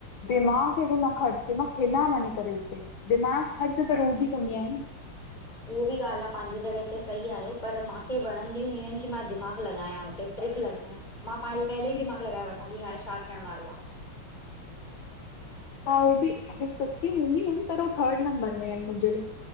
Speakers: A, on the left; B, on the left.
A: दिमाग़ हेॾो न ख़र्च ते मां खेॾा वञी करे हुते दिमाग़ ख़र्च त रोज़ ई कंदी आयां न।
B: उह ॿि ॻाल आ पांॼी जॻय ते सही आयो पर मूंखे वणंदियूं हुय आयन कि मां दिमाग़ लॻायां। ते ट्रिक लॻायां मां पहले ई दिमाग़ लॻाए वठां की हाणे छा थियण वारो आ।
A: हा उय ॿि सुठी हूंदी आयन पर हू थर्ड नंबर में आयन मुंजे लाइ।